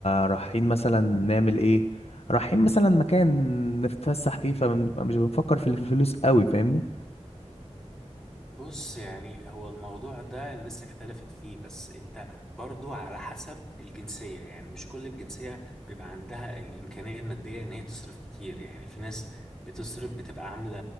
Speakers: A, on the left (about 60°); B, in the centre.
A: رايحين مثلا نعمل ايه رايحين مثلا مكان نتفسح فيه فبنبقى مش بنفكر في الفلوس قوي فاهمني
B: بص يعني هو الموضوع ده الناس اختلفت فيه بس انت برضو على حسب الجنسية يعني مش كل الجنسية بيبقى عندها الإمكانية المادية ان هي تصرف كتير يعني في ناس بتصرف بتبقى عاملة